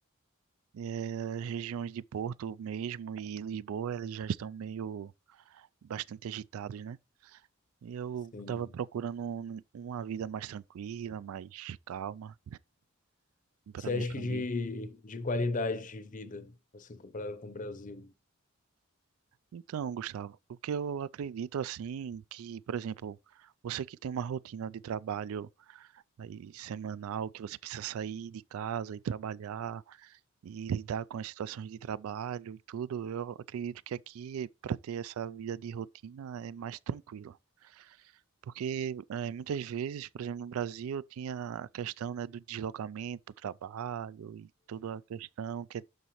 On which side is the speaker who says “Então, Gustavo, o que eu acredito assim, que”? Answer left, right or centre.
Right